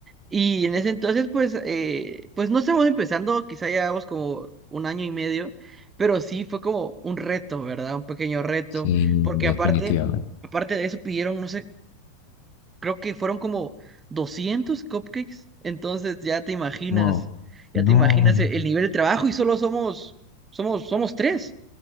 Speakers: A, on the right (about 20°); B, on the left (about 50°).
A: Y en ese entonces, pues, eh, pues no estamos empezando, quizá llevamos como un año y medio, pero sí fue como un reto, ¿verdad? Un pequeño reto,
B: Sí,
A: porque
B: definitivamente.
A: aparte, aparte de eso pidieron, no sé creo que fueron como 200 cupcakes, entonces ya te imaginas,
B: Wow.
A: ya
B: No,
A: te imaginas
B: no.
A: e- el nivel de trabajo y solo somos, somos, somos tres,